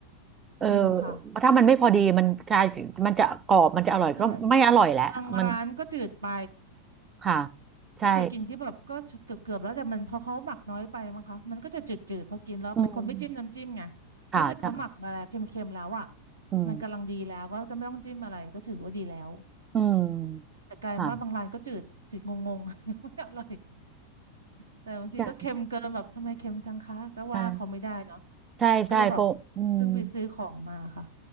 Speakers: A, on the right (about 20°); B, on the right (about 70°).
A: เออ
B: จริงค่ะ
A: ถ้ามันไม่พอดีมันกลายมันจะกรอบมันจะอร่อยก็ไม่อร่อยแหละมัน
B: ใช่บางร้านก็จืดไป
A: ค่ะใช่
B: ก็เคยกินที่แบบก็เกือบเกือบแล้วแต่มันพอเขาหมักน้อยไปมั้งคะมันก็จะจืดๆพอกินแล้วเป็นคนไม่จิ้มน้ำจิ้มไง
A: อืมค่ะใช่
B: ถ้าเสร็จเขาหมักมาแล้วเค็มๆแล้วอ่ะ
A: อืม
B: มันกำลังดีแล้วก็จะไม่ต้องจิ้มอะไรก็ถือว่าดีแล้ว
A: อืมค่ะ
B: แต่กลายเป็นว่าบางร้านก็จืดจืดงงๆ <laughs> ไม่อร่อยแต่บางทีก็เค็มเกินแบบทำไมเค็มจังคะก็ว่าเขาไม่ได้เนาะ
A: ใช่ใช่ใช่ใช่เพราะอืม
B: ก็เลยแบบเพิ่งไปซื้อของมาค่ะ